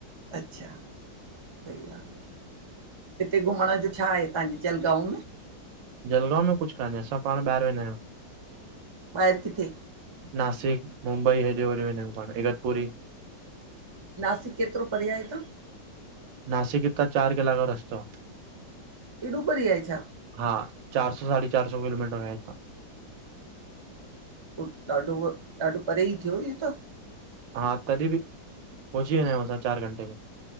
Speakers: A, on the right; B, on the right.
A: अच्छा सही आहे। हिते घुमण जो छा आहे तव्हांजे जलगांव में?
B: जलगांव में कुझ काने असां पाण ॿाहिरि वेंदा आहियूं।
A: ॿाहिर किथे
B: नासिक मुंबई हेॾे होॾे वेंदा आहियूं पाण इगतपुरी
A: नासिक केतिरो परे आहे हितां
B: नासिक हितां चार कलाकु जो रस्तो आ
A: एॾो परे आहे छा
B: हा चार सौ सढी चार सौ किलोमीटर आहे हितां
A: ॾाढो उहो ॾाढो परे ई थियो ईहो त
B: हा तॾहिं बि पहुंची वेंदा आहियूं असां चारि घंटे में